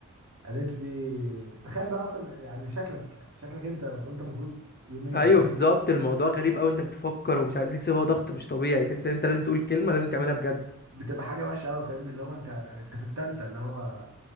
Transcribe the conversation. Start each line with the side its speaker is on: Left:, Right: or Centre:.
Right: قالت لي تخيل بقى اصلا يعني شكلك شكلك انت وانت المفروض يومين
Left: ايوه بالظبط الموضوع غريب قوي انك تفكر ومش عارف تحس ان هو ضغط مش طبيعي تحس ان انت لازم تقول كلمه لازم تعملها بجد
Right: بتبقى حاجه وحشه قوي فاهمني اللي هو انت انت في التالتة اللي هو